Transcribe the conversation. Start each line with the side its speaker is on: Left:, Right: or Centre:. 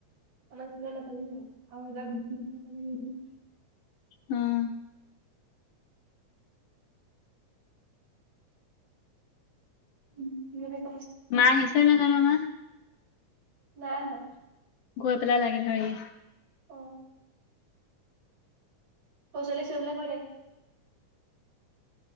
Right: আমাৰ চুল ন পালিগ <unintelligible> আৰু এবাৰ বো বো
Left: উম
Right: উম কি কৈছে
Left: মা নিচে ন <unintelligible> মা
Right: নাই অহা
Left: গৈ পেলাই লাগি ধৰেহি
Right: অ পচল চবিলাক কৰে <unintelligible>